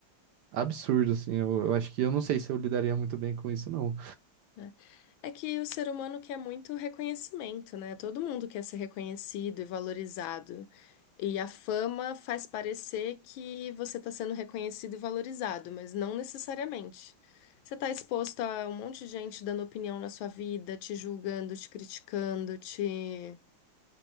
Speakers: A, on the right (about 70°); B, on the left (about 80°).
A: absurdo, assim. Eu, eu acho que eu não sei se eu lidaria muito bem com isso, não.
B: né? É que o ser humano quer muito reconhecimento, né? Todo mundo quer ser reconhecido e valorizado. E a fama faz parecer que você está sendo reconhecido e valorizado, mas não necessariamente. Você está exposto a um monte de gente dando opinião na sua vida, te julgando, te criticando, te,